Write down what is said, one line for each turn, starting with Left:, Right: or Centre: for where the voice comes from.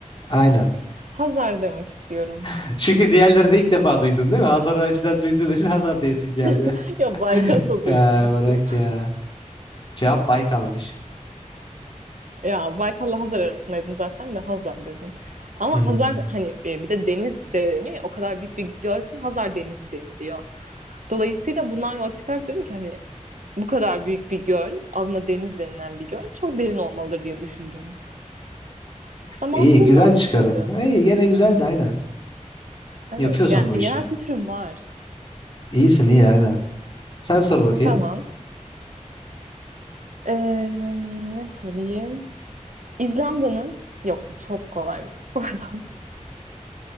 Left: Aynen.
Right: Hazar demek istiyorum.
Left: <laughs> Çünkü diğerleri de ilk defa duydun değil mi? Hazar önceden duyduğun için Hazar diyesin geldi.
Right: <laughs> Ya Baykal'ı
Left: <laughs>
Right: da duymuştum.
Left: Ya bırak ya. Cevap Baykal'mış.
Right: Ya Baykal'la Hazar arasındaydım zaten de Hazar dedim. Ama
Left: Hmm.
Right: Hazar hani e, bir de deniz de deniyor ya o kadar büyük bir göl ki Hazar Denizi deniliyor. Dolayısıyla bundan yola çıkarak dedim ki hani bu kadar büyük bir göl adına deniz denilen bir göl çok derin olmalıdır diye düşündüm. Aslında
Left: İyi,
Right: mantığım
Left: güzel
Right: mantıklıydı.
Left: çıkarım. İyi, gene güzeldi aynen.
Right: Evet
Left: Yapıyorsun
Right: yani
Left: bu
Right: genel
Left: işi.
Right: kültürüm var.
Left: İyisin iyi aynen. Sen sor bakayım.
Right: Tamam. Ee, ne sorayım? İzlanda'nın yok bu çok kolaymış <laughs> pardon.